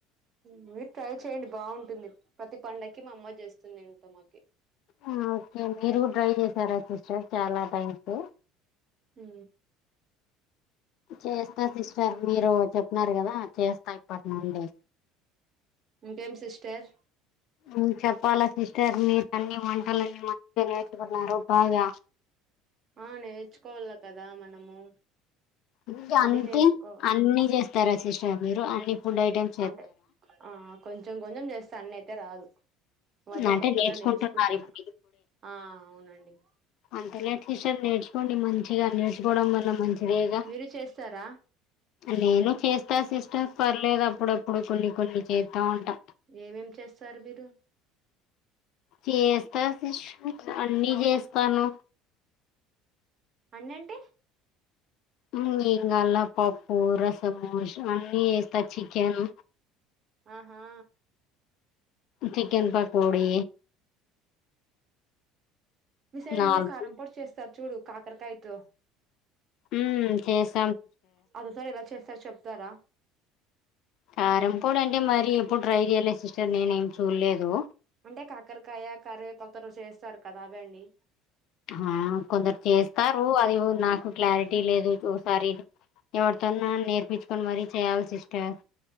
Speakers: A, on the right; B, on the left.
A: మీరు ట్రై చెయ్యడి బాగుంటుంది ప్రతి పండకి మా అమ్మ చేస్తుంది ఏంటో మాకి
B: ఆ ఓకే మీరు కూడ ట్రై చేసారా సిస్టర్ చాలా థ్యాంక్స్
A: ఊ
B: చేస్తా సిస్టర్ మీరు చెప్నరు కదా చేస్తా ఇప్పటి నుండి
A: ఇంకేం సిస్టర్
B: ఉ చెప్పాలా సిస్టర్ మీరు అన్ని వంటలన్నీ మంచిగా నేర్చుకున్నారు బాగా
A: ఆ నేర్చుకోవాల కదా మనము
B: ఇకా
A: అన్ని
B: అంటే
A: నేర్చుకో
B: అన్ని చేస్తారా సిస్టర్ మీరు అన్ని ఫుడ్ ఐటెమ్
A: అంటే ఆ కొంచెం కొంచెం చేస్తే అన్ని అయితే రాదు ఈ మధ్య
B: అంటే
A: కొత్తగా
B: నేర్చుకుంటున్నారు
A: నేర్చుకుంటున్నా
B: ఇప్పుడు
A: ఆ అవునండి
B: అంతలే టీచర్ నేర్చుకోండి మంచిగా నేర్చుకోవడం వల్ల మంచిదేగా
A: మీరు చేస్తారా
B: నేను చేస్తా సిస్టర్ పర్లేదు అప్పుడప్పుడు కొన్ని కొన్ని చేస్తా ఉంటా
A: ఏమేం చేస్తారు మీరు
B: చేస్తా సిస్టర్ అన్ని చేస్తాను
A: అన్నంటె
B: ఇం ఏంగాలా పప్పు రసమోష్ అన్నీ చేేస్తా చికెన్
A: ఆహా
B: చికెన్ పకోడి
A: మీ సైడు
B: నాల్
A: కారం పొడి చేస్తారు చూడు కాకరకాయతో
B: ఊ చేస్
A: అది ఓ సార్ ఎలా చేస్తారు చెప్తారా
B: కారంపొడి అంటే మరి ఎప్పుడు ట్రై చెయ్యలే సిస్టర్ నేను ఏమి చూడలేదు
A: అంటే కాకరకాయ కరవేపకతో చేస్తారు కదా అవే అండి
B: ఆ కొందరు చేస్తారు అది ఉ నాకు క్లారిటీ లేదు చూసారి ఎవరితోన్నా నేర్పించుకొని మరి చేయాలి సిస్టర్